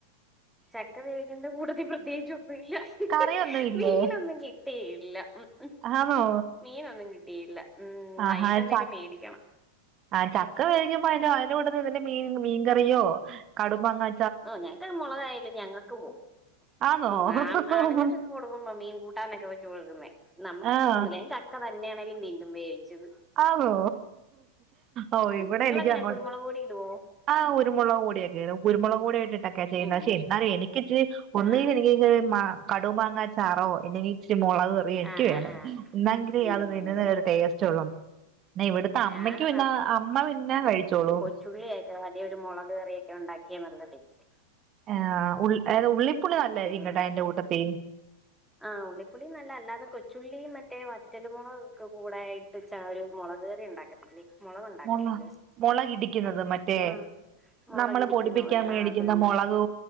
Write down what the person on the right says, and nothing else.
കറിയൊന്നും ഇല്ലേ
ആണോ
ആഹാ
ച
ആഹ് ചക്ക വേവിക്കുബോ അയ്ന്റ അയ്ന്റെ കൂട്ടത്തി ന്തെ മീൻ മീൻകറിയോ കടുമാങ്ങ
ആന്നോ
ആഹ്
ആണോ ഓഹ് ഇവിടെ
എനിക്ക് അങ്ങോട്ട്.
ആഹ് കുരുമൊളക് പൊടി ഒക്കെ ഇട് കുരുമൊളക് കൂടെ ഇട്ട് ക്കെ ചെയ്യ്ന്ന
ശെ എന്നാലും എനിക്ക് ഇച്ചിരി ഒന്നേല്
എനിക്കര് മാ കടു മാങ്ങ ചാറോ അല്ലെങ്കി. ച്ചിരി മോളകെറിയോ എനിക്ക്
വേണം
എന്നങ്കിലേ
അത് നിന്ന ഒരു ടേസ്റ്റ് ഒള്ളു ന്ന ഇവിട്. ത്ത അമ്മയ്ക്ക്
പിന്നെ അമ്മ പിന്നെ കഴിച്ചോളും.
ആഹ് എ ഉള്ളിക്കുളി അല്ലായ്ക്കു
അയ്ന്റെകൂട്ടത്തി.
മുള മുളകിടിക്കുന്നത്
മറ്റേ
നമ്മള് പൊടിപ്പിക്കാൻ
മേടിക്കുന്ന
മൊളകു